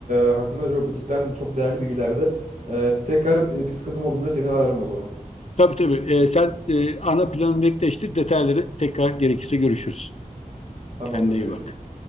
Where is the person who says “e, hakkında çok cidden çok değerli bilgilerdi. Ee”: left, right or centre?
Right